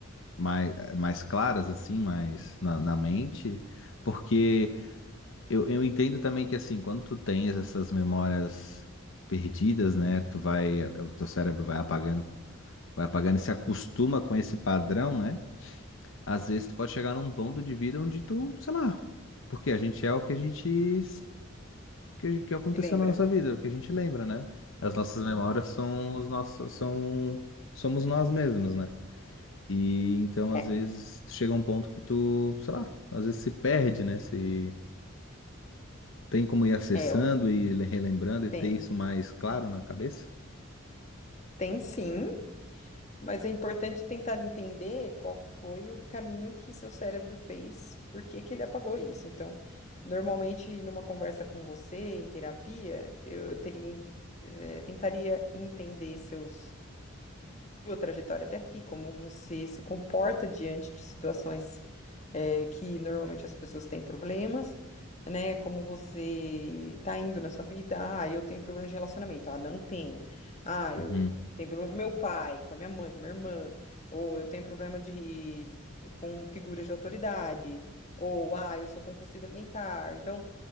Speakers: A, on the left (about 65°); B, on the left (about 35°).
A: mais, mais claras, assim, mais na, na mente? Porque eu, eu entendo também que, assim, quando tu tens essas memórias perdidas, né, tu vai, o teu cérebro vai apagando, vai apagando e se acostuma com esse padrão, né? Às vezes tu pode chegar num ponto de vida onde tu, sei lá, porque a gente é o que a gente que, que aconteceu
B: se lembra?
A: na nossa vida, o que a gente lembra, né? As nossas
B: Hum.
A: memórias são os nossos, são, somos nós mesmos, né? E então, às
B: É,
A: vezes, tu chega a um ponto que tu, sei lá, às vezes se perde, né? Se tem como ir acessando
B: é,
A: e le- relembrando e
B: tem,
A: ter isso mais claro na cabeça.
B: tem sim. Mas é importante tentar entender qual que foi o caminho que seu cérebro fez, por que que ele apagou isso. Então, normalmente, numa conversa com você, em terapia, eu teria, eh, tentaria entender seus sua trajetória até aqui, como você se comporta diante de situações eh, que normalmente as pessoas têm problemas, né? Como você tá indo na sua vida, ah, eu tenho problema de relacionamento, ah, não tenho. Ah,
A: Uhum,
B: eu tenho problema com meu pai, com a minha mãe, com minha irmã, ou eu tenho problema de com figuras de autoridade, ou ah, eu sou compulsivo alimentar. Então,